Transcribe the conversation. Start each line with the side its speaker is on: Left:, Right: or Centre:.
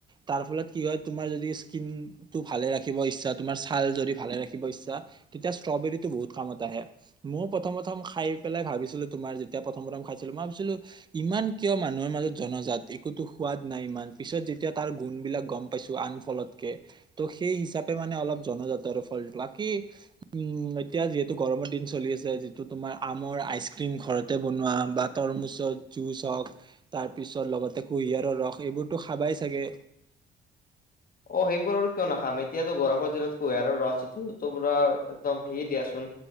Right: তাৰ ফলত কি হয় তোমাৰ যদি স্কিন টো ভালে ৰাখিব ইচ্ছা তোমাৰ ছাল যদি ভালে ৰাখিব ইচ্ছা তেতিয়া ষ্ট্ৰবেৰীতটো বহুত কামত আহে। ময়ও প্ৰথম প্ৰথম খাই পেলাই ভাবিছিলো তোমাৰ যেতিয়া প্ৰথম প্ৰথম খাইছিলো মই ভাবিছিলো ইমান কিয় মানুহৰ মাজত জনজাত একোতো সোৱাদ নাই ইমান পিছত যেতিয়া তাৰ গুণবলাক গম পাইছো আন ফলতকে। ত' সেই হিচাপে মানে অলপ জনজাতৰ ফলটো। বাকী উম, এতিয়া যিহেতু গৰমৰ দিন চলি আছে যিটো তোমাৰ আমৰ আইচ ক্ৰীম ঘৰতে বনোৱা বা তৰমুচত জুচ হওক, তাৰপিছত লগতে কুঁহিয়াৰৰ ৰস এইবোৰতো খাবাই চাগে।
Left: অ, সেইবোৰ আৰু কিয় নাখাম। এতিয়াাতো গৰমৰ দিনত কুঁহিয়াৰৰ ৰস জিতে পুৰা একদম সেয়ে দিয়াচোন।